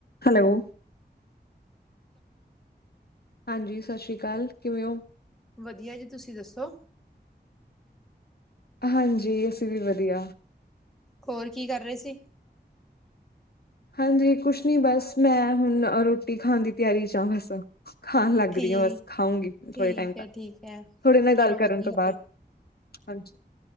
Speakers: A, on the left (about 60°); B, in the centre.
A: Hello. ਹਾਂਜੀ ਸਤਿ ਸ਼੍ਰੀ ਅਕਾਲ ਕਿਵੇਂ ਹੋ?
B: ਵਧੀਆ ਜੀ ਤੁਸੀਂ ਦੱਸੋ?
A: ਹਂਜੀ ਅਸੀਂ ਵੀ ਵਦੀਆ
B: ਹੋਰ ਕੀ ਕਰ ਰੇ ਸੀ।
A: ਹਂਜੀ ਕੁਛ ਨੀ ਬਸ ਮੈਂ ਹੁਣ ਰੋਟੀ ਖਾਣ ਦੀ ਤਿਆਰੀ ਚੇ ਆ ਬਸ ਖਾਣ ਲੱਗ
B: ਠੀਕ
A: ਰਹੀ ਆ ਬਸ ਖਾਊਂਗੀ
B: ਠੀਕ
A: ਥੋੜੇ ਟਾਈਮ
B: ਹੈ
A: ਤਕ ਤੁਹਾਡੇ
B: ਠੀਕ ਹੈ
A: ਨਾਲ
B: ਚਲੋ
A: ਗੱਲ ਕਰਨ
B: ਵਧੀਆ
A: ਤੋਂ ਬਾਅਦ ਹਂਜੀ।